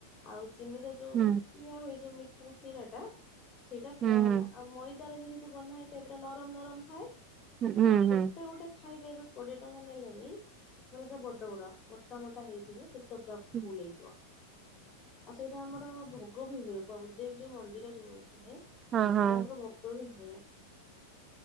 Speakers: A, on the left; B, on the right.
A: ଆଉ ଚିନିର ଯୋଉ
B: ହୁଁ।
A: ଦିଆ ହୁଏ ଯୋଉ ମିଠାର ଶିରା ଟା ସେଇଟା
B: ହୁଁ
A: ପୁରା
B: ହୁଁ
A: ଆଉ ମଇଦାରେ ଯେ ତ ବନା ହେଇଥାଏ ପୁରା ନରମ ନରମ ଥାଏ
B: ହୁଁ ହୁଁ
A: ଆଉ
B: ହୁଁ
A: ଗୋଟେ ଗୋଟେ ଖାଇବେ ଏବେ କୋଡିଏ ଟଙ୍କା ନେଲେଣି ମାନେ ପୁରା ବଡ ବଡ ମୋଟା ମୋଟା ହେଇଥିବେ ପେଟ ଟା
B: ହୁଁ
A: ଫୁଲ ହେଇଯିବ ଆଉ ସେଇଟା ଆମର ଭୋଗ ବି ହୁଏ ବଦେଇ ଯୋଉ ମନ୍ଦିର ଯୋଉ ହୁଏ ଏଣେ
B: ହଁ ହଁ
A: ଆମର ଭୋଗ ବି ହୁଏ।